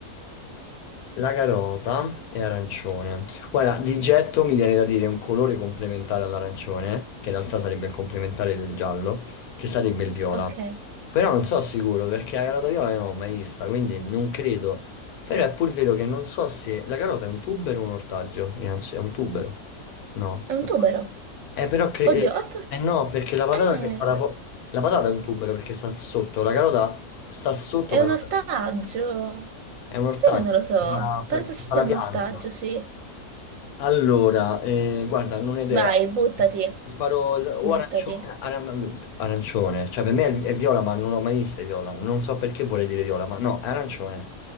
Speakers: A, on the left (about 75°); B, on the right (about 65°).
A: la carota è arancione. Guarda, di getto mi viene da dire un colore complementare all'arancione, che in realtà sarebbe il complementare del giallo, che sarebbe il viola.
B: ok.
A: Però non so sicuro perché la carota viola io non l'ho mai vista, quindi non credo. Però è pur vero che non so se la carota è un tubero o un ortaggio. Innanzi, è un tubero. No.
B: È un tubero.
A: Eh, però cre-
B: Oddio,
A: eh,
B: ho for-
A: eh no, perché la patata
B: eh,
A: che fa la, po- la patata è un tubero perché sta sotto, la carota sta sotto
B: è
A: per
B: un ortaggio.
A: è un ortaggio
B: Sai che non lo so.
A: per la,
B: Penso
A: per
B: sia
A: la
B: un
A: pianta.
B: ortaggio, sì.
A: Allora, eh, guarda, non ho idea.
B: Vai, buttati.
A: Ti Sparo l- o
B: Buttati.
A: arancione, aran- arancione. Cioè, per me è, è viola, ma non l'ho mai vista è viola. Non so perché vorrei dire viola, ma no, è arancione.